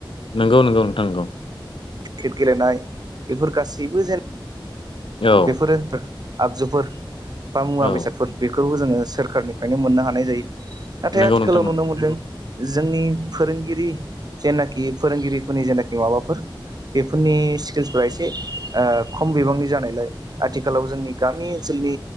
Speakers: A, on the left; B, on the right.
A: नंगौ नंगौ नोंथांंगौ।
B: क्रिकेट गेलेनाय बेफोर गासैबो जेनब
A: औ
B: बेफोरो आगजुफोर बा मुवा
A: औ
B: बेसादफोर बेफोर जोङो सोरखारनिफ्रायनो मोननो हानाय जायो नाथाय
A: नंगौ
B: आथिखालाव
A: नोंथां नंगौ
B: नुनो मोनदों जोंनि फोरोंगिरि जेनाखि फोरोंगिरिफोरनि जेनाखि माबाफोर बेफोरनि स्किल्सफोरा एसे ओ खम बिबांनि जानायलाय आथिखालाव जोंनि गामि ओनसोलनि